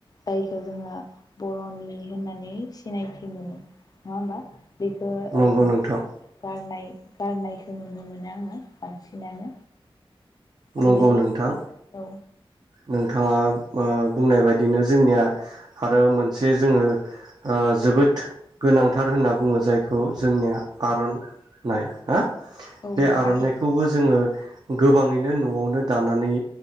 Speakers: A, on the left; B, on the right.
A: जायखौ जोङो बर'नि होननानै सिनायथि मोनो नङा होमबा। बेखौ
B: नंगौ
A: ओ
B: नोंथां
A: गारनाय गारनायखौ नुनो मोनो आङो बांसिनानो। ओमफ्राय
B: नंगौ नोंथां
A: औ।
B: नोंथाङा ओ बुंनाय बायदिनो जोंनिया आरो मोनसे जोङो ओ जोबोद गोनांथार होनना बुङो जायखौ जोंनिया आरननाइ ना
A: औ
B: बे
A: नंगौ
B: आर'नाइखौबो जोङो गोबाङैनो न'आवनो दानानै